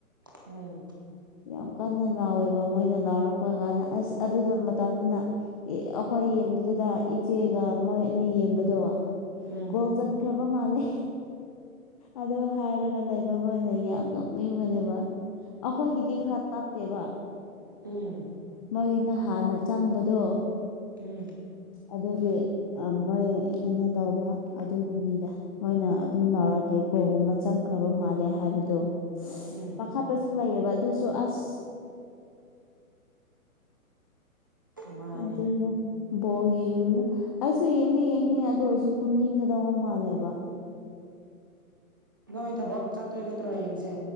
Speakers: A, on the right; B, on the left.
A: ꯎꯝ
B: ꯌꯥꯝ ꯀꯟꯅ ꯂꯥꯎꯋꯦꯕ ꯃꯣꯏꯅ ꯂꯥꯎꯔꯛꯄ ꯀꯥꯟꯗ ꯑꯁ ꯑꯗꯨꯗ ꯃꯇꯝꯗꯨꯅ ꯑꯩꯈꯣꯏ ꯌꯦꯡꯕꯗꯨꯗ ꯏꯆꯦꯒ ꯃꯣꯏ ꯑꯅꯤ ꯌꯦꯡꯕꯗꯣ
A: ꯎꯝ
B: ꯒꯣꯜ ꯆꯟꯈ꯭ꯔꯕ ꯃꯥꯜꯂꯦ ꯑꯗꯨ ꯍꯥꯏꯔꯒ ꯂꯩꯐꯝ ꯃꯣꯏꯅ ꯌꯥꯝ ꯅꯣꯛꯅꯤꯡꯕꯅꯦꯕ ꯑꯩꯈꯣꯏꯒꯤꯗꯤ ꯈꯔ ꯇꯞꯄꯦꯕ
A: ꯎꯝ
B: ꯃꯣꯏꯅ ꯍꯥꯟꯅ ꯆꯪꯕꯗꯣ
A: ꯎꯝ
B: ꯑꯗꯨꯒꯤ ꯃꯣꯏ ꯀꯩꯅꯣ ꯇꯧꯕ ꯑꯗꯨꯒꯤꯅꯤꯗ ꯃꯣꯏꯅ ꯑꯗꯨꯝ ꯂꯥꯎꯔ ꯒꯣꯜ ꯒꯨꯝꯕꯥ ꯆꯪꯈꯔꯥꯕ ꯃꯥꯜꯂꯦ ꯍꯥꯏꯕꯗꯣ
A: ꯎꯝ
B: ꯄꯈꯠꯄꯁꯨ ꯂꯩꯌꯦꯕ ꯑꯗꯨꯁꯨ ꯑꯁ
A: ꯃꯥꯅꯦ
B: ꯑꯗꯨꯅꯦ ꯕꯣꯜ ꯌꯦꯡ ꯑꯩꯁꯨ ꯌꯦꯡꯗꯤ ꯌꯦꯡꯅꯤ ꯑꯗꯨ ꯑꯣꯏꯔꯁꯨ ꯇꯨꯝꯅꯤꯡꯒꯗꯧꯕ ꯃꯥꯜꯂꯦꯕ
A: ꯅꯣꯏ ꯊꯕꯛ ꯆꯠꯇꯣꯏ ꯅꯠꯇ꯭ꯔꯣ ꯍꯌꯦꯡꯁꯦ